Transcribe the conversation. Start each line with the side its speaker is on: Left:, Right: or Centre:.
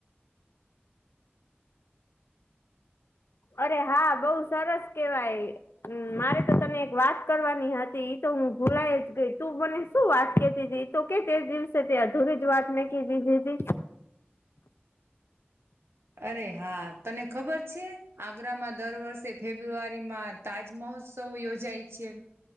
Left: અરે હા બહુ સરસ કેવાય હમ મારે તો તને એક વાત કરવાની હતી તો હું ભૂલાય જ ગઈ તું મને શું વાત કેતી ત તો કે તે દિવસે તે અધુરી જ વાત મેં ક દીધી
Right: અરે હા તને ખબર છે આગ્રામાં દર વર્ષે ફેબ્રુઆરીમાં તાજ મહોત્સવ યોજાય છે